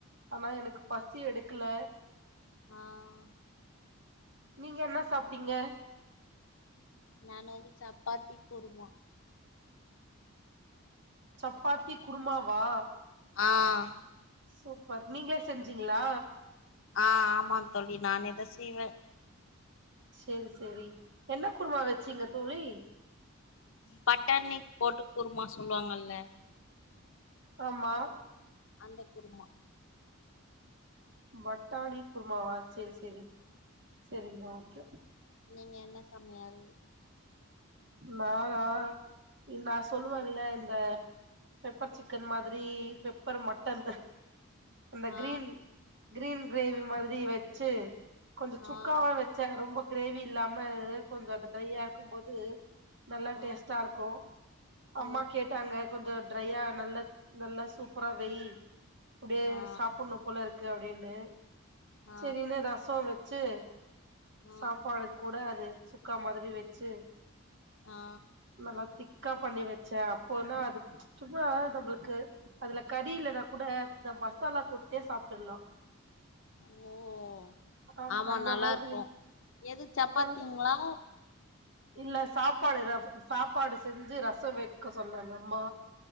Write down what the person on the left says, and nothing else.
ஆஹ்
நான வந்து சப்பாத்தி குருமா
ஆஹ
ஆஹ் ஆம தோழி நானே தான் செய்வேன்
பட்டாணி போட்டு குருமா சொல்லுவாங்கல்ல
அந்த குருமா
நீங்க என்ன சமையல்
ஆ
ஆ
அ
அ
ஆ
ஆ
ஆ
ஆ
ம்
ஆமா
நல்லா
இருக்கு எது சப்பாத்திங்ளா